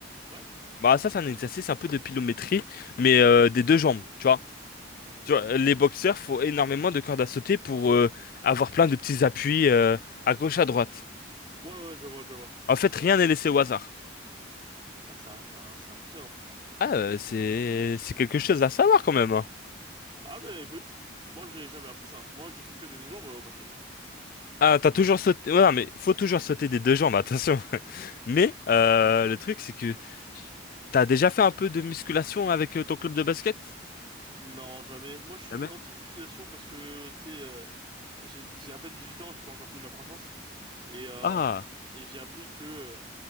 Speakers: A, on the right (about 25°); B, on the left (about 45°).
A: Ouais.
B: Bah, ça, c'est un exercice un peu de pliométrie, mais euh, des deux jambes, tu vois.
A: D'accord.
B: Tu vois, les boxeurs font énormément de cordes à sauter pour euh, avoir plein de petits appuis euh, à gauche, à droite.
A: Ouais, ouais, je vois, je vois.
B: En fait, rien n'est laissé au hasard.
A: Ah, c'est c'est c'est impressionnant.
B: Ah, euh, c'est c'est quelque chose à savoir quand même. hein.
A: Ah, bah écoute, moi, j'ai jamais appris ça. hein. Moi, je sautais des jambes euh, au basket. hein.
B: Ah, t'as toujours sauté. Ouais, non, mais faut toujours sauter des deux jambes, attention. <laughs> Mais euh, le truc, c'est que t'as déjà fait un peu de musculation avec euh, ton club de basket?
A: Non, jamais. Moi, je suis
B: Jamais.
A: anti-musculation parce que, tu sais, euh, j'ai j'ai à peine 18 ans, j'ai pas encore fini ma croissance. Et, euh,
B: Ah,
A: et j'ai appris que. euh,